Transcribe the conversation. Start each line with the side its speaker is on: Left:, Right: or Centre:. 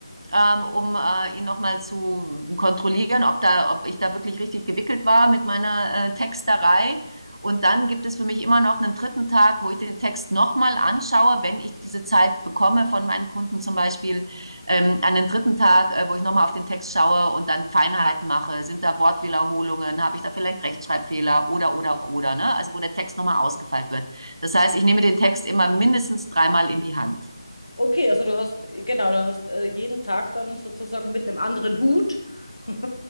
Right: ähm, um äh, ihn nochmal zu kontrollieren, ob, da, ob ich da wirklich richtig gewickelt war mit meiner äh, Texterei. Und dann gibt es für mich immer noch einen dritten Tag, wo ich den Text nochmal anschaue, wenn ich diese Zeit bekomme von meinen Kunden zum Beispiel, ähm, an den dritten Tag, äh, wo ich nochmal auf den Text schaue und dann Feinheiten mache, sind da Wortwiederholungen, habe ich da vielleicht Rechtschreibfehler oder, oder, oder, ne? Also wo der Text nochmal ausgefeilt wird. Das heißt, ich nehme den Text immer mindestens dreimal in die Hand.
Left: Okay, also du hast, genau, du hast äh, jeden Tag dann sozusagen mit einem anderen Hut <laughs>